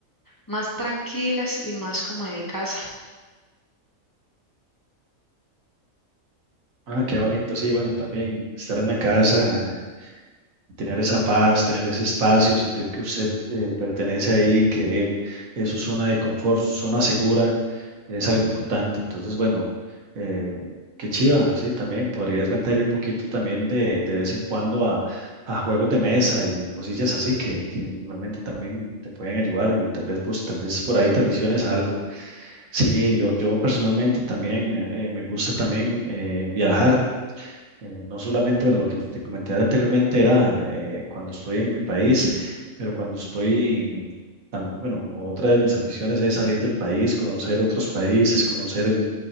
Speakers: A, on the left; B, on the right.
A: más tranquilas y más como de casa.
B: Ah, qué bonito, sí, bueno, también estar en la casa tener esa paz, tener ese espacio, sentir que usted eh, pertenece ahí, que es su zona de confort, su zona segura, es algo importante. Entonces, bueno, eh, qué chiva, sí, también podrías meterle un poquito también de, de vez en cuando a, a juegos de mesa y cosillas así que, que realmente también te pueden ayudar y tal vez, pues, tal vez por ahí te aficiones a algo. Sí, yo, yo personalmente también eh, me gusta también eh, viajar. Eh, No solamente, bueno, lo que te comenté anteriormente era eh, cuando estoy en mi país, pero cuando estoy, tam- bueno, otra de mis aficiones es salir del país, conocer otros países, conocer el,